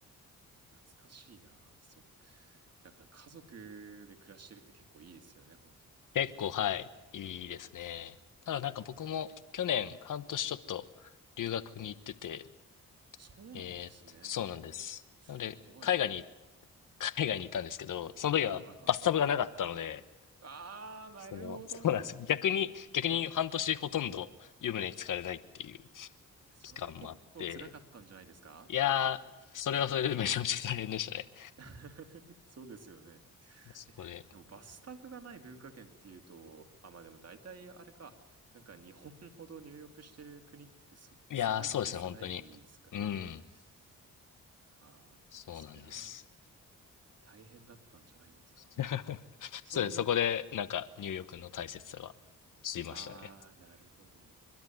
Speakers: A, on the right; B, on the left.
A: 懐かしいな。そう。だから家族で暮らしてるって結構いいですよね、本当に。
B: 結構、はい、いいですね。ただなんか僕も去年半年ちょっと留学に行ってて、
A: うん、そうなんですね。
B: えーそうなんです。
A: すごい。
B: なので、海外に、<laughs> 海外にいたんですけど、その時はバスタブがなかったので、
A: はいはいはい。あー、なるほど。
B: その、そうなんです。逆に、逆に半年ほとんど湯船に浸かれないっていう
A: それ結構辛かったんじゃないですか
B: 期間もあって、いやー、それはそれでめちゃめちゃ大変でしたね。
A: <laughs> そうですよね。
B: そこで。
A: えでもバスタブがない文化圏っていうと、あ、まあでも大体あれか。なんか日本ほど入浴してる国ってそ少ないっちゃ少ないですかね。
B: いやー、そうですね、本当に。うん、
A: そっか。
B: そうなんです。
A: いやそりゃ大変だったんじゃないですか。
B: <laughs>
A: その、
B: そうです。そこで、なんか、入浴の大切さが知りましたね。
A: あー、なるほど。